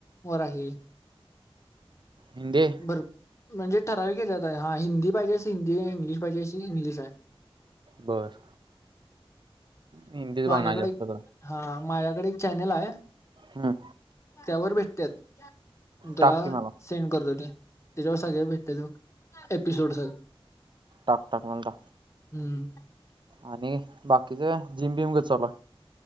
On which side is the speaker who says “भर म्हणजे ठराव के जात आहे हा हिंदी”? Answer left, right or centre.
Left